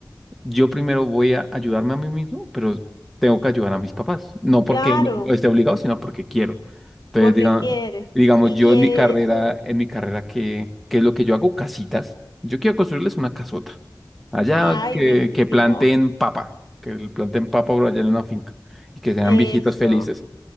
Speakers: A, in the centre; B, on the left (about 65°).
A: yo primero voy a ayudarme a mí mismo, pero tengo que ayudar a mis papás. No porque
B: Claro,
A: me- no esté obligado, sino porque quiero. Entonces,
B: porque
A: diga-
B: quieres.
A: digamos,
B: Y,
A: yo
B: y
A: en
B: eh,
A: mi carrera,
B: eso,
A: en mi carrera, ¿qué, qué es lo que yo hago? Casitas. Yo quiero construirles una casota. Allá
B: ay,
A: que,
B: buenísimo.
A: que planten papa, que planten papa por allá en una finca y que sean
B: Eso.
A: viejitos felices.